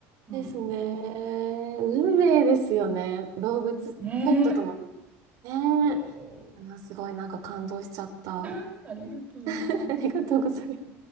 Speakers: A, on the right; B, on the right.
A: うん
B: ですね。運命ですよね。動物、
A: ねえ。
B: ペットとも。ねえ。
A: そ
B: あーすごいなんか感動しちゃった。
A: うありがとうございます。
B: <laughs> ありがとうございます。